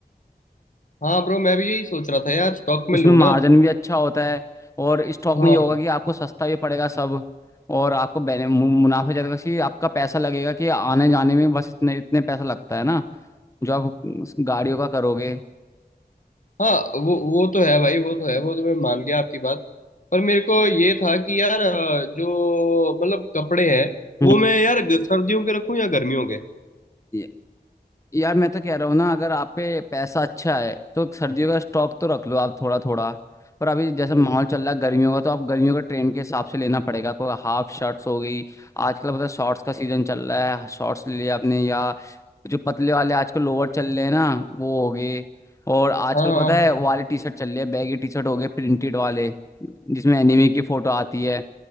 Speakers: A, on the left (about 50°); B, on the left (about 20°).
A: हाँ ब्रो मैं भी यही सोच रहा था यार स्टॉक में
B: उसमें
A: लूँ
B: मार्जिन
A: ना
B: भी अच्छा होता है और स्टॉक
A: हाँ
B: में ये होगा कि आपको सस्ता भी पड़ेगा सब और आपको बेने- मु- मुनाफा ज्यादा कि आपका पैसा लगेगा कि आने जाने में बस इतने इतने पैसा लगता है ना जो आप उस गाड़ियों का करोगे
A: हाँ वो वो तो है भाई वो तो है वो तो मैं मान गया आपकी बात पर मेरे को ये था कि यार अ, जो मतलब कपड़े हैं
B: हम्म।
A: वो मैं यार ग- सर्दियों के रखूँ या गर्मियों के
B: ये- यार मैं तो कह रहा हूँ ना अगर आप पे पैसा अच्छा है तो सर्दियों का स्टॉक तो रख लो आप थोड़ा थोड़ा पर अभी जैसे
A: हम्म
B: माहौल चल रहा है गर्मियों का तो आप गर्मियों का ट्रेंड के हिसाब से लेना पड़ेगा आपको हाफ शर्ट्स हो गई आजकल पता है शॉर्ट्स का सीजन चल रहा है शॉर्ट्स ले लिया आपने या जो पतले वाले आजकल लोअर चल रहे हैं ना वो हो गए और आजकल
A: हाँ
B: पता है वाले टी शर्ट चल रहे हैं बैगी टी शर्ट हो गए प्रिंटेड वाले जिसमें एनिमे की फोटो आती है